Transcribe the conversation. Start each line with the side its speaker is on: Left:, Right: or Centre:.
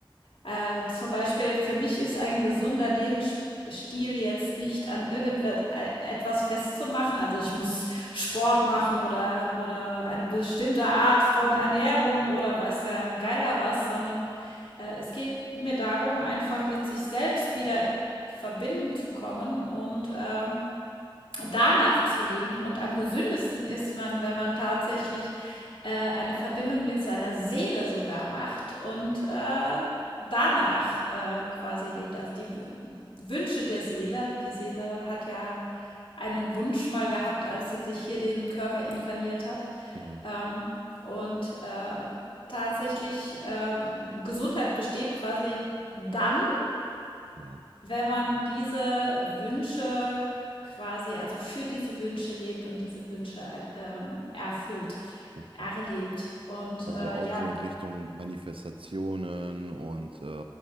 Left: äh, zum Beispiel für mich ist ein gesunder Lebensstil jetzt nicht an irgendetwas festzumachen. Also ich muss Sport machen oder, oder eine bestimmte Art von Ernährung oder weiß der Geier was, sondern äh, es geht mir darum, einfach mit sich selbst wieder in Verbindung zu kommen und äh, danach zu leben. Und am gesündesten ist man, wenn man tatsächlich äh, eine Verbindung mit seiner Seele sogar macht und äh, danach äh, quasi lebt. Also die W- Wünsche der Seele. Die Seele hat ja einen Wunsch mal gehabt, als sie sich hier den Körper inkarniert hat.
Right: Mhm.
Left: Ähm, und äh, tatsächlich, äh, Gesundheit besteht quasi dann,
Right: Ja,
Left: wenn man diese Wünsche quasi, also für diese Wünsche lebt und diese Wünsche äh, ähm, erfüllt,
Right: okay.
Left: erlebt. Und
Right: Also
Left: äh,
Right: auch
Left: ja,
Right: so in Richtung Manifestationen und äh,